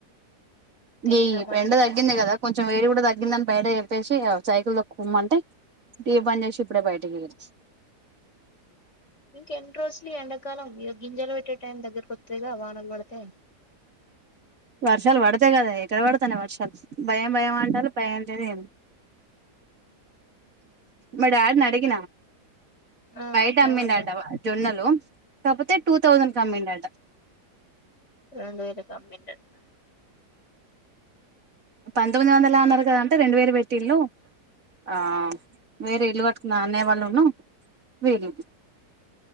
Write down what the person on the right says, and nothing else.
ఇగ
ఎండ తగ్గింది కదా కొంచెం వేడి కూడా తగ్గిందని బయట చెప్పేసి సైకిల్ తోక్కూకుమ్మంటే టీవీ బంద్ చేసి ఇప్పుడే బయటకు వెళ్ళి
వర్షాలు పడతే కదా ఎక్కడ పడతాన్నాయి వర్షాలు భయం భయం అంటారు భయం లేదు ఏమి లేదు మరి డాడ్ ని అడిగినా
బయట అమ్మిండు
అంట జొన్నలు కాకపోతే టూ థౌసండ్ కి అమ్మిండు అంట
పంతొమ్మిది వందలు అన్నారు కదా అంటే రెండు వేలు పెట్టిళ్ళు ఆ వేరే ఇలు కట్టుకున్నా అనేవాళ్ళును వీరు